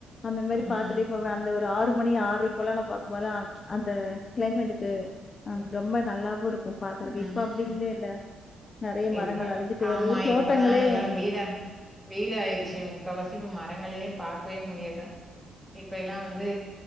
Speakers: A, on the left (about 40°); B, in the centre.
A: அந்த மாரி
B: ம்.
A: பாத்துட்டே போவே அந்த ஒரு ஆறு மணி ஆரை போலலம்பாக் போலா அந்த க்ளைமேட்டுக்கு அம் ரொம்ப நல்லாவு இருக்கும் பாக்கறக்கு
B: ம்.
A: இப்ப அப்டி இல்லேல்ல நெறைய மரங்கள்
B: இப்ப
A: அழிஞ்சிட்டு வருது.
B: ஆமா
A: தோட்டங்களே
B: இப்பதா எல்லா வீட வீடா ஆய்ர்ச்சு முக்காவாசி இப்ப மரங்களே பாக்வே முடியல இப்ப எல்லா வந்து